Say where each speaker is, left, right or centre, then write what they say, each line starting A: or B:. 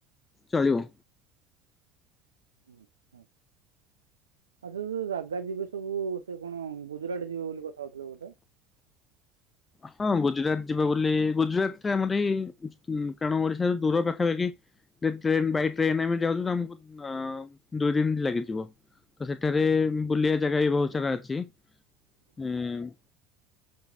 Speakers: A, on the left; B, on the right.
A: ଚଳିବ।
B: <inaudible> ଆଚ୍ଛା ଯୋଉ ଜାଗା ଯିବେ ସବୁ ସେ କଣ ଗୁଜୁରାଟ ଯିବେ ବୋଲି କଥା ହଉଥିଲେ ବୋଧେ?
A: ହଁ ଗୁଜୁରାଟ ଯିବ ବୋଲି ଗୁଜୁରାଟ ଆମର ଏଇ କାରଣ ଓଡିଶା ଦୂର ପାଖାପାଖି। ଟ୍ରେନ ବାଇ ଟ୍ରେନ ଆମେ ଯାଉଛୁ ତ ଆମକୁ ଅ ଦୁଇ ଦିନ ଲାଗିଯିବ। ତ ସେଠାରେ ବୁଲିବା ଜାଗା ବି ବହୁତ ସାରା ଅଛି ଉମ୍।